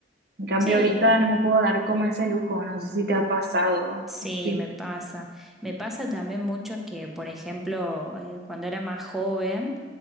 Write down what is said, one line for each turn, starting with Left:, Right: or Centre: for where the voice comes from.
Right: En cambio,
Centre: Sí.
Right: ahorita no me puedo dar como ese lujo, no sé si te ha pasado
Centre: Sí,
Right: así.
Centre: me pasa. Me pasa también mucho que, por ejemplo, eh, cuando era más joven,